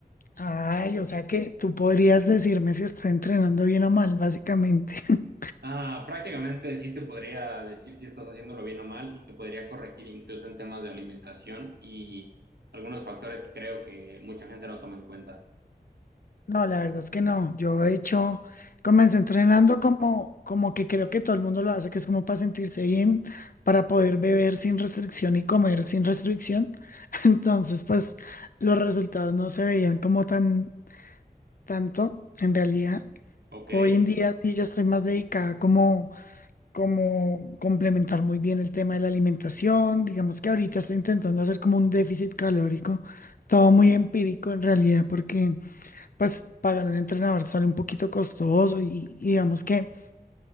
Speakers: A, on the left; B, on the right.
A: Ay, o sea que tú podrías decirme si estoy entrenando bien o mal, básicamente. <laughs>
B: Ah, prácticamente sí te podría decir si estás haciéndolo bien o mal y te podría corregir incluso en temas de alimentación y algunos factores que creo que mucha gente no toma en cuenta.
A: No, la verdad es que no. Yo de hecho comencé entrenando como, como que creo que todo el mundo lo hace, que es como para sentirse bien, para poder beber sin restricción y comer sin restricción. <laughs> Entonces, pues los resultados no se veían como tan tanto en realidad.
B: Ok,
A: Hoy en día sí ya estoy más dedicada como, como complementar muy bien el tema de la alimentación. Digamos que ahorita estoy intentando hacer como un déficit calórico, todo muy empírico en realidad, porque pues pagar un entrenador sale un poquito costoso y, y digamos que